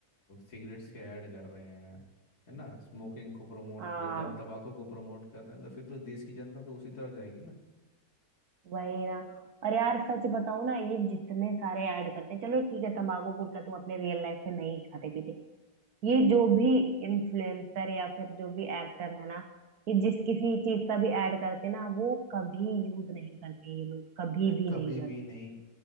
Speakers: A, on the left (about 80°); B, on the right (about 75°).
A: सिगरेट्स के ऐड कर रहे हैं है ना स्मोकिंग को प्रमोट
B: हाँ
A: कर रहे हैं तब तंबाकू को प्रमोट कर रहे हैं तो फिर तो देश की जनता तो उसी तरफ जाएगी ना
B: वही ना और यार सच बताऊं ना ये जितने सारे ऐड करते हैं चलो ठीक है तंबाकू गुटखा तुम अपने रियल लाइफ में नहीं खाते पीते ये जो भी इन्फ्लुएंसर या फिर जो भी एक्टर है ना ये जिस किसी चीज का भी ऐड करते हैं ना वो कभी यूज नहीं करते ये लोग कभी
A: वे
B: भी
A: कभी
B: नहीं
A: भी नहीं